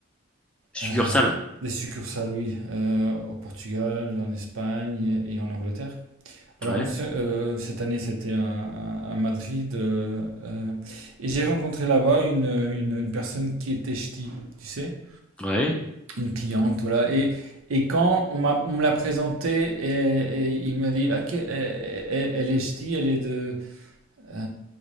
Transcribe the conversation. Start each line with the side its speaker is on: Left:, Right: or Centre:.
Centre: Succursale.
Right: euh, des succursales, oui, euh, au Portugal, en Espagne et en Angleterre. Alors,
Centre: Ouais,
Right: on s'est- euh, cette année, c'était à, à- à Madrid. euh, euh, et j'ai rencontré là-bas une, une, une personne qui était ch'ti, tu sais,
Centre: ouais.
Right: une cliente, voilà. Et, et quand on m'a, on me l'a présentée, et, et il m'a dit, OK, elle, elle- elle est ch'ti, elle est de, euh,